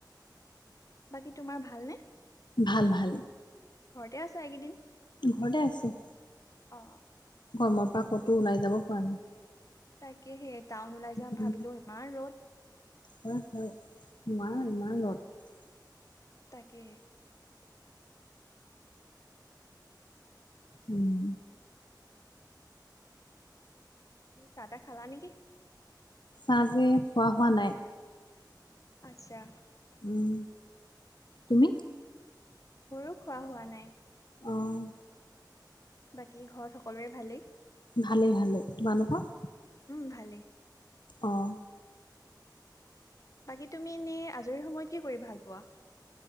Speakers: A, on the left (about 45°); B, on the left (about 75°).
A: বাকী তোমাৰ ভালনেে
B: ভাল ভাল
A: ঘৰতে আছা এইকেইদিন
B: ঘৰতে আছো
A: অ
B: গৰমৰ পৰা ক'তো ওলাই যাব পৰা নাই
A: তাকে সেই টাউন ওলাই যাম
B: উম,
A: ভাবিলো ইমান ৰ'দ
B: হয় হয় নোৱাৰ ইমান
A: উম
B: লগত
A: তাকে
B: উম
A: এনেই চাহ তাহ খালা নেকি
B: ছাহ যে খোৱা হোৱা নাই
A: আচ্ছা
B: উম তুমি
A: মোৰো খোৱা হোৱা নাই
B: অ'
A: বাকী ঘৰত সকলোৰে ভালেই
B: ভালেই ভালে তোমালোকৰ
A: উম ভালেই
B: আহঁ
A: বাকী তুমি এনে আজৰি সময়ত কি কৰি ভাল পোৱা